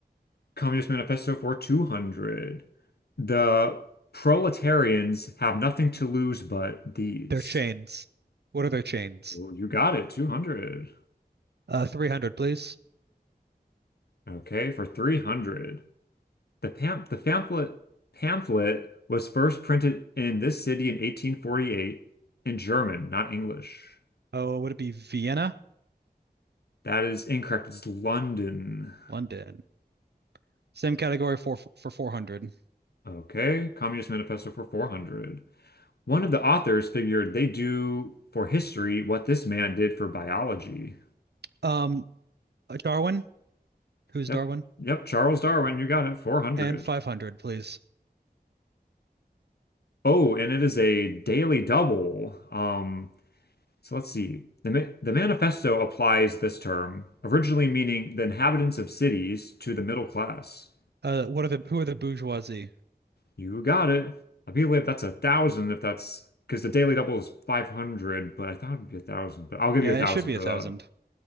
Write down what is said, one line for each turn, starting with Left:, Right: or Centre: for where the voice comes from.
Left: Communist Manifesto for 200. The proletarians have nothing to lose but these.
Right: Their chains. What are their chains?
Left: Oh, you got it, 200.
Right: Uh, 300, please.
Left: Okay, for 300. The pam the pamphlet pamphlet was first printed in this city in 1848 in German, not English.
Right: Oh, would it be Vienna?
Left: That is incorrect. It's London.
Right: London. Same category for for 400.
Left: Okay, Communist Manifesto for 400. One of the authors figured they do for history what this man did for biology.
Right: Um, uh, Darwin. Who's
Left: Yep.
Right: Darwin?
Left: Yep. Charles Darwin, you got it. 400.
Right: And 500, please.
Left: Oh, and it is a daily double. Um, so let's see. The, ma the manifesto applies this term, originally meaning the inhabitants of cities, to the middle class.
Right: Uh, what are the who are the bourgeoisie?
Left: You got it. I believe that's a thousand if that's because the daily double is 500, but I thought it'd be a thousand, but I'll give
Right: Yeah,
Left: you a thousand
Right: it should be
Left: for
Right: a thousand.
Left: that.